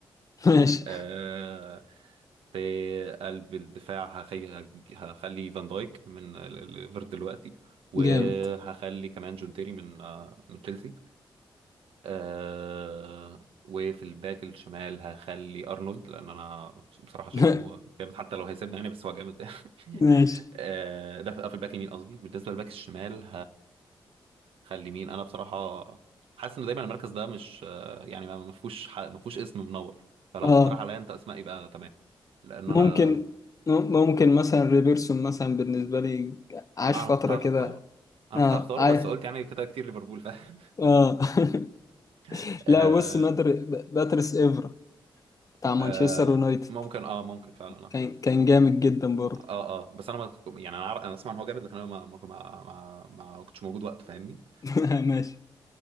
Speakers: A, on the left (about 40°); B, on the right (about 90°).
A: ماشي
B: آه في قلب الدفاع هخلي هخلي فان دايك من ليفر دلوقتي وهخلي
A: جامد
B: كمان جون تيري من آه من تشيلسي آه وفي الباك الشمال هخلي ارنولد لان انا بصراحه شايفه
A: <laughs>
B: جامد حتى لو هيسيبنا يعني بس هو جامد <laughs>
A: ماشي
B: آه ده في آه، في الباك اليمين قصدي بالنسبه للباك الشمال هخلي مين انا بصراحه حاسس ان دايما المركز ده مش آه يعني ما ما فيهوش ح- ما فيهوش اسم منور فلو
A: اه
B: تقترح عليا انت اسماء يبقى تمام لان
A: ممكن
B: انا
A: مم- ممكن مثلا ريبيرسون مثلا بالنسبة لي عاش
B: انا كنت
A: فترة
B: هختار
A: كده
B: انا
A: اه
B: كنت هختاره
A: عاي...
B: بس قلت يعني كده كتير ليفربول فاهم
A: اه <laughs>
B: <laughs>
A: لا
B: آه
A: بص مدر... باتريس افرا بتاع مانشستر
B: آه
A: يونايتد
B: ممكن اه ممكن فعلا آه.
A: كان كان جامد جدا برضه
B: اه اه بس انا ما يعني انا عار- انا اسمع ان هو جامد لكن انا ما ما ما, ما, ما كنتش موجود وقت فاهمني
A: <laughs> ماشي